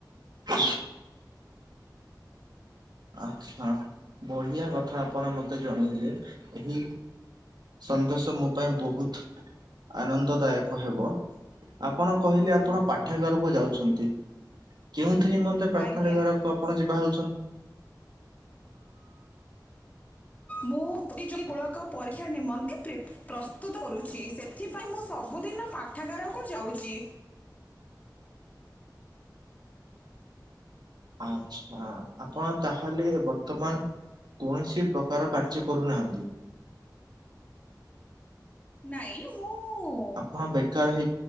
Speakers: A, on the right; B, on the left.
A: ହ ଆଛା ବଢିଆ କଥା ଆପଣ ମତେ ଜଣେଇଲେ। ଏହି ସନ୍ଦେଶ ମୋ ପାଇଁ ବହୁତ ଆନନ୍ଦ ଦାୟକ ହେବ। ଆପଣ କହିଲେ ଆପଣ ପାଠାଗାରକୁ ଯାଉଛନ୍ତି। କେଉଁଥି ନିମନ୍ତେ ପ୍ରାର୍ଥନାଗାରକୁ
B: ଆଜ୍ଞା
A: ଆପଣ ଯିବା ହେ?
B: ମୁଁ ପ୍ରତିଯୁକ୍ ମୂଳକ ପରୀକ୍ଷା ନିମନ୍ତେ ପ୍ରିପ ପ୍ରସ୍ତୁତ କରୁଛି ସେଥିପାଇଁ ମୁଁ ସବୁଦିନ ପାଠ ପାଠାଗାରକୁ ଯାଉଛି।
A: ଅଚ୍ଛା ଆପଣ ତାହେଲେ ବର୍ତ୍ତମାନ କୌଣସି ପ୍ରକାର କାର୍ଯ୍ୟ କରୁନାହାନ୍ତି?
B: ନାଇଁ ମୁଁ
A: ଆପଣ ବେକାର୍ ହେଇ